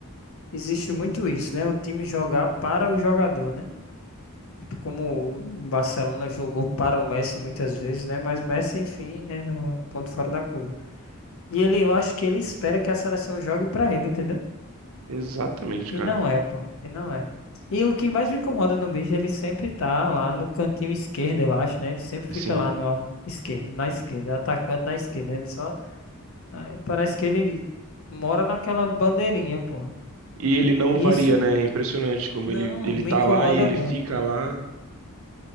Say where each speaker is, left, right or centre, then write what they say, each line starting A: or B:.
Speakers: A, on the left; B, on the right.
A: Existe muito isso, né? O time jogar para o jogador, né? Tipo, como o Barcelona jogou para o Messi muitas vezes, né? Mas Messi, enfim, é um ponto fora da curva. E ele, eu acho que ele espera que a seleção jogue para ele, entendeu?
B: Exatamente,
A: E
B: cara.
A: não é, pô. E não é. E o que mais me incomoda no bicho, ele sempre tá lá no cantinho esquerdo, eu acho, né? Ele sempre
B: Assim,
A: fica lá na esquerda, na esquerda, atacante na esquerda. Ele só. aí parece que ele mora naquela bandeirinha, pô.
B: E ele não
A: Isso
B: varia, né? É impressionante como
A: não
B: ele, ele
A: me
B: tá
A: incomoda
B: lá e ele
A: muito,
B: fica
A: pô.
B: lá.